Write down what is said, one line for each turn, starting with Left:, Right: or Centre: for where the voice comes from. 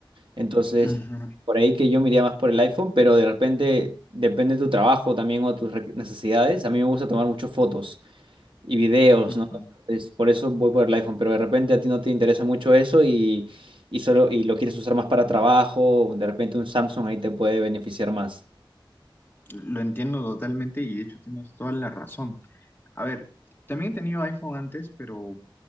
Right: Entonces,
Left: Ujú.
Right: por ahí que yo me iría más por el iPhone, pero de repente depende de tu trabajo también o tus re- necesidades. A mí me gusta tomar muchas fotos y videos,
Left: Ujú.
Right: ¿no? Entonces, por eso voy por el iPhone, pero de repente a ti no te interesa mucho eso y, y solo y lo quieres usar más para trabajo, de repente un Samsung ahí te puede beneficiar más.
Left: Lo entiendo totalmente y de hecho tienes toda la razón. A ver, también he tenido iPhone antes, pero